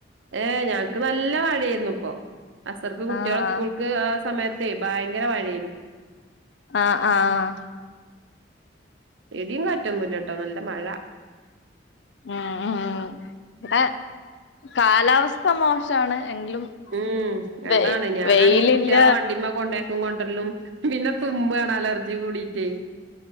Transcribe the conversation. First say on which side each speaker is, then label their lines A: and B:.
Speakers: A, on the right; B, on the left.
A: ഏഹ്, ഞങ്ങക്ക് നല്ല മഴയായിരുന്നു ഇപ്പൊ. അസർക്ക് കുട്ടികൾ
B: ആഹ്
A: സ്കൂൾക്ക് ആ സമയത്തേ ഭയങ്കര മഴെയിനു.
B: ആഹ ആഹ...
A: ഇടിയും കാറ്റൊന്നുല്ലട്ടോ, നല്ല മഴ.
B: ഉംഉം, കാലാവസ്ഥ മോശമാണ്. എങ്കിലും...
A: ഉം,
B: വെ
A: അതാണ് ഞാനാണെങ്കി
B: വെയിലില്ല
A: ഈ കുട്ടികളെ വണ്ടിമ്മ കൊണ്ടേ കൊണ്ടര്ലും, പിന്നെ തുമ്പാണ്, അലർജി കൂടിട്ടേ.